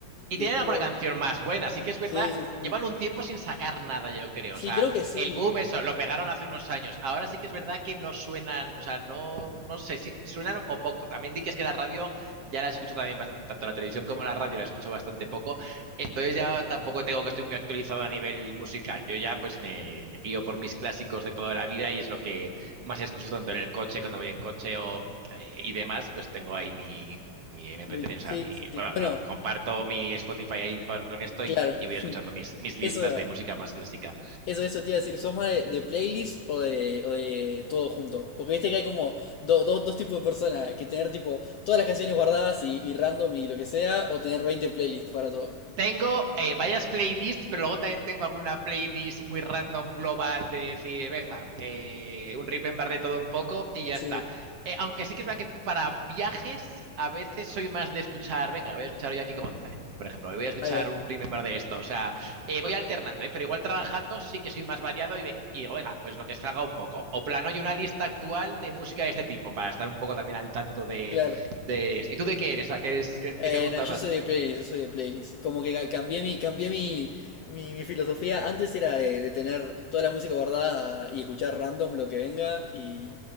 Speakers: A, on the right (about 50°); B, on the left (about 65°).
A: Y
B: después,
A: tienen alguna canción más buena, así que es
B: sí,
A: verdad,
B: sí, sí,
A: llevan un tiempo sin sacar nada, yo creo.
B: sí,
A: O sea,
B: creo que sí,
A: el boom, eso, lo pegaron hace unos años. Ahora sí que es verdad que no suenan, o sea, no, no sé si suenan o poco. También di que es que la radio ya la escucho también, bastante, tanto la televisión como la radio la escucho bastante poco. Entonces ya tampoco tengo que estoy muy actualizado a nivel musical. Yo ya pues me guío por mis clásicos de toda la vida y es lo que más escucho tanto en el coche, cuando voy en coche o, eh, y demás, pues tengo ahí mi, mi MP3,
B: Me-
A: o
B: sí,
A: sea, mi,
B: sí, sí,
A: bueno,
B: bueno,
A: no, comparto mi Spotify ahí con, con esto
B: claro,
A: y, y voy escuchando mis, mis listas
B: eso,
A: de música más clásica.
B: Eso, eso te iba a decir, ¿sos más de, de playlist o de, o de todo junto? Porque viste que hay como do- do- dos tipos de personas, que tener tipo todas las canciones guardadas y, y random y lo que sea, o tener 20 playlists para todo.
A: Tengo eh, varias playlists, pero luego también tengo alguna playlist muy random global de decir, venga, eh, un remember de todo un poco y ya
B: Sí.
A: está. Eh, aunque sí que es verdad que para viajes a veces soy más de escuchar, venga, voy a escuchar hoy a Kiko González, por ejemplo, hoy voy a escuchar
B: Ahí va,
A: un remember de esto, o sea, eh, voy alternando, ¿eh? pero igual trabajando sí que soy más variado y, ve- y digo, venga, pues lo que salga un poco. O plano y una lista actual de música de este tipo para estar un poco también al tanto de...
B: claro.
A: de... ¿Y tú de qué eres? O sea, ¿qué, eres, qué, qué
B: Eh,
A: te gusta
B: no, yo
A: más?
B: soy de playlist, yo soy de playlist. Como que ca- cambié mi, cambié mi, mi, mi filosofía. Antes era de, de tener toda la música guardada y escuchar random lo que venga y